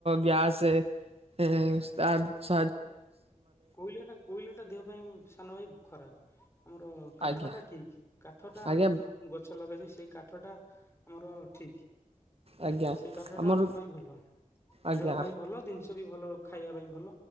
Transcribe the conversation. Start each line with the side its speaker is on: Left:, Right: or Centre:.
Right: ଗ୍ୟାସେ <unintelligible>
Left: କୋଇଲା ଟା କୋଇଲା ଟା ଦେହ ପାଇଁ ସାନ ଭାଇ ଖରାପ। ଆମର କାଠ
Right: ଆଜ୍ଞା
Left: ଟା ଠିକ କାଠଟା
Right: ଆଜ୍ଞା
Left: ଆମର ଯୋଉ ଗଛ ଲଗାଯାଏ ସେଇ କା କାଠଟା ଆମର ଠିକ୍।
Right: ଆଜ୍ଞା
Left: ସେଇ କାଠ
Right: ଆମର
Left: ଟା ଆମ ପାଇଁ ଭଲ।
Right: ଆଜ୍ଞା
Left: ଦେହ ପାଇଁ ଭଲ। ଦିନିଷ ବି ଭଲ। ଖାଇବା ପାଇଁ ଭଲ।